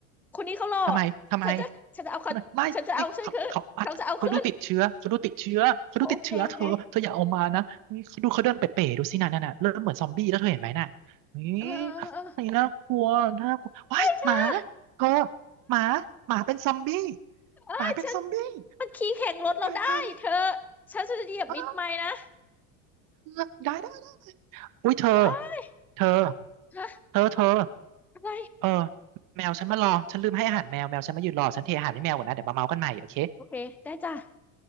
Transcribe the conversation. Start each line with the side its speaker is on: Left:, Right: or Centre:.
Centre: คนนี้เขารอ
Right: ทำไมทำไม
Centre: ฉันจะฉันจะเอาเขาฉันจะเอาฉันขึ้นเขาจะเอาขึ้น
Right: เขาบอกไม่ไม่เขาเขาอัดเขาดูติดเชื้อเขาดูติดเชื้อเขาดูติดเชื้อเธอเธออย่าเอามานะนี่เขาดูเขาเดินเป๋ๆดูสิน่ะนั่นน่ะเริ่มเหมือนซอมบี้แล้วเธอเห็นไหมน่ะ
Centre: โอโอเคโอเค
Right: นี่
Centre: เออเออเออ
Right: นี่น่ากลัวน่ากลัวว้ายหมา
Centre: เธอ
Right: เธอหมาหมาเป็นซอมบี้
Centre: เอ้ยฉัน
Right: หมาเป็นซอมบี้
Centre: มันขี่แข่งรถเราได้เธอ
Right: มันกลายพันธุ์
Centre: ฉันจะเหยียบมิดไม้นะ
Right: อ้าวได้ได้ อุ้ยเธอ
Centre: อ้า
Right: เธอ
Centre: ฮะ
Right: เธอเธอ
Centre: อะไร
Right: เออแมวฉันมารอฉันลืมให้อาหารแมวแมวฉันมายืนรอฉันเทอาหารให้แมวก่อนนะเดี๋ยวมาเมากันใหม่โอเค
Centre: โอเคได้จ้ะ